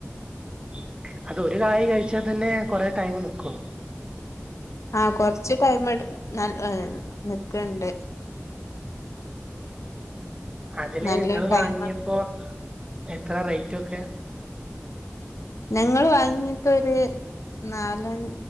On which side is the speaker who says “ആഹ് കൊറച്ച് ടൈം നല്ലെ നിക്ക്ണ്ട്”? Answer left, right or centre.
Left